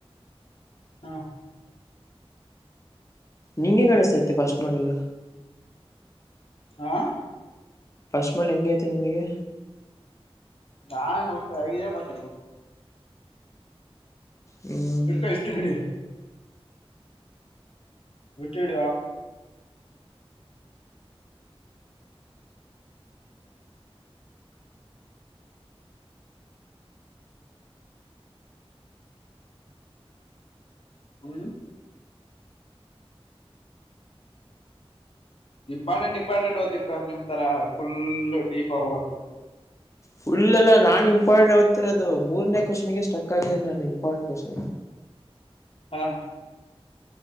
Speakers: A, on the left (about 65°); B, on the left (about 30°).
A: ಹಾ
B: ನಿಂಗೆ ಕಾಣಿಸ್ತೈತೆ ಫಸ್ಟ್ ಮಾಡೆಲ್ಲ
A: ಹಾ
B: ಫಸ್ಟ್ ಮಾಡಿ ಹೆಂಗೈತೆ ನಿನಗೆ
A: ನಾ ಟ್ಟಗ ಕೊಷ
B: ಹ್ಮ್
A: ಕರ್ಕ ಇಷ್ಟು ಕಡೆ ವಿಟ್ಟಡ ಹ್ಮ್ ಇಂಪಾರ್ಟೆಂಟ್ ಇಂಪಾರ್ಟೆಂಟ್ ಓತಿ ಪ್ರ್ರಮ್ ನಿಮ್ ತರ ಫುಲ್ ಡೀಪ್ ಹೋಗಲ್ಲ ನೀವು
B: ಫುಲ್ಲ್ಲ ನಾನು ಇಂಪಾರ್ಟೆಂಟ್ ಓ್ತಿರೋದು ಮೂರನೇ ಕ್ವನ್ ಗೆ ಸ್ಟಕ್ ಆಗಿದ್ದೀನಿ ನು ಇಂಪಾರ್ಟೆಂಟ್ ಕ್ವನ್ ಹ
A: ಹಾ